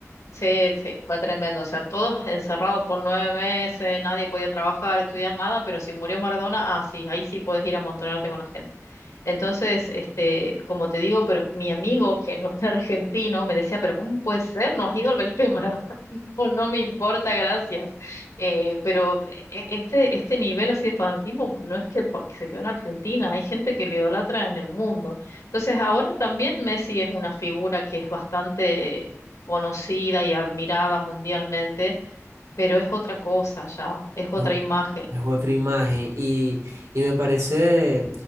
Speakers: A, on the left (about 80°); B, on the right (about 75°).
A: Sí, sí, fue tremendo. O sea, todos encerrados por nueve meses, nadie podía trabajar, estudiar nada, pero si murió Maradona, ah, sí, ahí sí puedes ir a amontonarte con la gente. Entonces, este, como te digo, pero mi amigo que no era <laughs> argentino me decía, pero ¿cómo puede ser? No has ido al velorio de Maradona o no me importa, gracias. Eh, pero eh, eh, este, este nivel así de fanatismo no es que po- que se quedó en Argentina, hay gente que lo idolatra en el mundo. Entonces ahora también Messi es una figura que es bastante conocida y admirada mundialmente, pero es otra cosa ya, es otra
B: Es, o-
A: imagen.
B: es otra imagen y, y me parece,